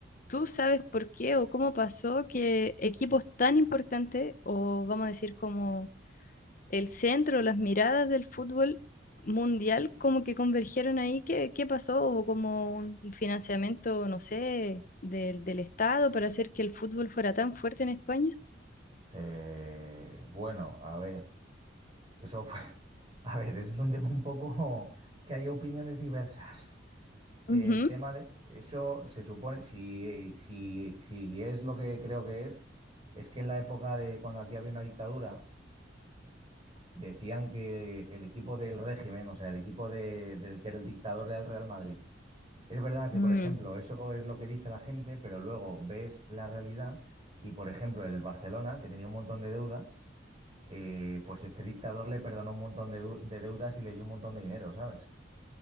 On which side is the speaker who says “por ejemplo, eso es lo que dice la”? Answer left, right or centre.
Right